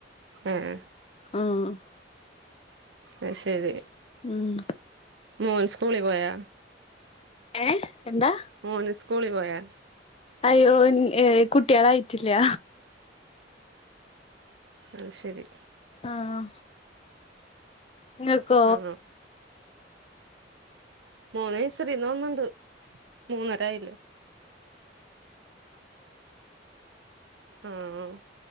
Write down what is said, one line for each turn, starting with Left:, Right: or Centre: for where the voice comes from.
Right: ഏഹ്
Left: ഉം
Right: അയ് ശരി
Left: ഉം
Right: മോൻ സ്കൂളി പോയാ?
Left: ഏഹ് എന്താ?
Right: മോന് സ്കൂളി പോയാ?
Left: അയ്യോ എനിക്ക് കുട്ട്യാളായിട്ടില്ല.
Right: അത് ശരി.
Left: ആഹ് ഇങ്ങക്കോ?
Right: ആ മോൻ നയ്സരീന്ന് വന്ന്ണ്ട്. മൂന്നരായില്ലേ ആഹ്